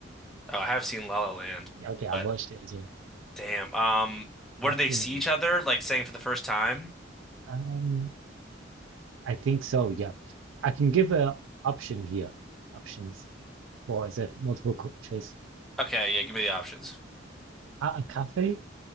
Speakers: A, in the centre; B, on the right.
A: Uh, I have seen La La Land,
B: Yeah, Okay, I've
A: but
B: watched it as well.
A: damn. Um, where
B: Sebastian
A: do they see
B: and
A: each
B: Mia.
A: other? Like saying for the first time?
B: Um, I think so, yeah. I can give a option here, options for as a multiple co- choice.
A: Okay, yeah, give me the options.
B: At a cafe,